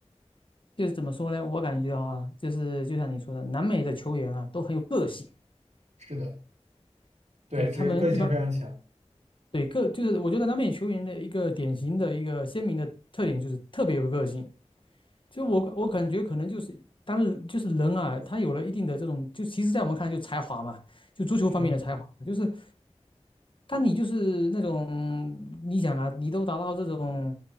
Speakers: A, on the left; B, on the right.
A: 就是怎么说呢？我感觉啊，就是就像你说的，南美的球员啊都很有个性，
B: 是的。对，
A: 对他们一般
B: 这个个性非常强，
A: 对个就是我觉得南美球员的一个典型的一个鲜明的特点就是特别有个性。就我我感觉可能就是当然就是人啊，他有了一定的这种，就其实在我们看来就是才华嘛，就足球方面的才华，
B: 是
A: 就是但你就是那种，你想啊，你都达到这种，